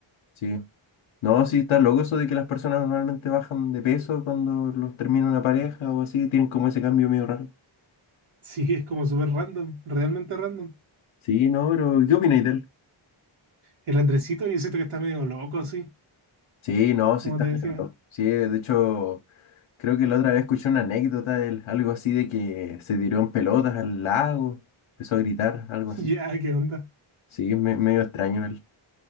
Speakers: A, on the left (about 70°); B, on the right (about 75°).
A: Sí. No, sí, está loco eso de que las personas normalmente bajan de peso cuando los termina una pareja o así. Tienen como ese cambio medio raro.
B: Sí, es como súper random, realmente random.
A: Sí, no, pero ¿qué opináis de él?
B: El Andresito, yo siento que está medio loco así,
A: Sí, no,
B: como
A: sí está
B: te
A: medio
B: decía.
A: loco. Sí, de hecho, creo que la otra vez escuché una anécdota de él, algo así de que se tiró en pelotas al lago, empezó a gritar, algo
B: <laughs>
A: así.
B: Ya, ¿qué onda?
A: Sí, es me- medio extraño él.